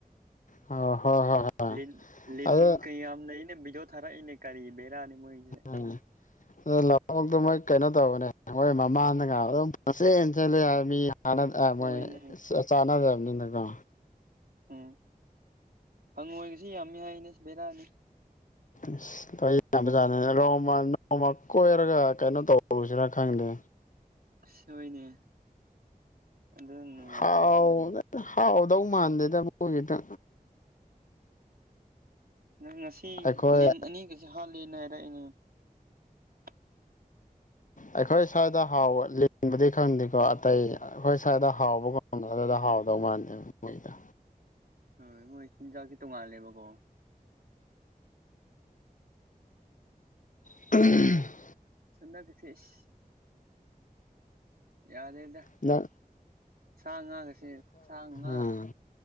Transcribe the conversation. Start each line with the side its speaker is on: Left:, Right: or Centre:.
Left: ꯑꯣ ꯍꯣꯏ ꯍꯣꯏ ꯍꯣꯏ
Right: ꯂꯤꯟ ꯂꯤꯟ
Left: ꯑꯗꯣ
Right: ꯀꯩ ꯌꯥꯝ ꯂꯩꯅꯦ ꯕꯤꯗꯤꯌꯣ ꯊꯥ ꯊꯔꯛꯏꯅꯦ ꯀꯔꯤ ꯕꯦꯔꯥꯅꯤ ꯃꯣꯏꯖꯦ
Left: <unintelligible> ꯑ ꯂꯝꯑꯣꯛꯇꯣ ꯃꯣꯏ ꯀꯩꯅꯣ ꯇꯧꯕꯅꯦ ꯃꯣꯏ ꯃꯃꯥꯡꯗꯒ ꯑꯗꯨꯝ ꯄꯨꯡꯆꯦꯟ ꯆꯦꯜꯂꯦ ꯍꯥꯏ ꯃꯤ ꯆꯅꯗ ꯑ
Right: ꯍꯣꯏꯅꯦ
Left: ꯃꯣꯏ ꯆꯥ ꯆꯥꯅꯗꯕꯅꯤꯅꯀꯣ
Right: ꯎꯝ ꯍꯪꯉꯣꯏꯒꯁꯤ ꯌꯥꯝꯃꯤ ꯍꯥꯏꯅꯦ ꯕꯦꯔꯥꯅꯤ
Left: ꯑꯁ ꯑꯈꯣꯢ ꯌꯥꯝꯕꯖꯥꯠꯅꯦ ꯔꯣꯡꯃ ꯅꯣꯡꯃ ꯀꯣꯏꯔꯒ ꯀꯩꯅꯣ ꯇꯧꯔꯨꯁꯤꯔꯥ ꯈꯪꯗꯦ
Right: ꯑꯁ ꯍꯣꯏꯅꯦ ꯑꯗꯨ ꯅꯨꯡꯉꯥꯏꯒꯗ꯭ꯔꯥ
Left: ꯍꯥꯎ ꯅ ꯍꯥꯎꯗꯧ ꯃꯥꯟꯗꯦꯗ ꯃꯣꯏꯒꯤꯗꯣ
Right: ꯅꯪ ꯉꯁꯤ
Left: ꯑꯩꯈꯣꯏ
Right: ꯂꯤꯟ ꯑꯅꯤꯒꯖꯦ ꯍꯥꯠꯂꯦꯅ ꯍꯥꯏꯔꯛꯏꯅꯦ <inaudible>
Left: ꯑꯩꯈꯣꯏ ꯁ꯭ꯋꯥꯏꯗ ꯍꯥꯎꯕ ꯂꯤꯟꯕꯨꯗꯤ ꯈꯪꯗꯦꯀꯣ ꯑꯇꯩ ꯑꯈꯣꯏ ꯁ꯭ꯋꯥꯏꯗ ꯍꯥꯎꯕꯒꯨꯝꯕꯗꯣ ꯑꯗꯨꯗ ꯍꯥꯎꯗꯧ ꯃꯥꯟꯗꯦ ꯃꯣꯏꯗꯣ
Right: ꯍꯣꯏ ꯃꯣꯏ ꯆꯤꯟꯖꯥꯛꯁꯦ ꯇꯣꯡꯉꯥꯜꯂꯦꯕꯀꯣ
Left: <unintelligible>
Right: ꯁꯅꯒꯁꯦ ꯏꯁ ꯌꯥꯗꯦꯗ
Left: ꯅ
Right: ꯁꯥ ꯉꯥꯒꯁꯦ ꯁꯥ ꯉꯥ
Left: ꯎꯝ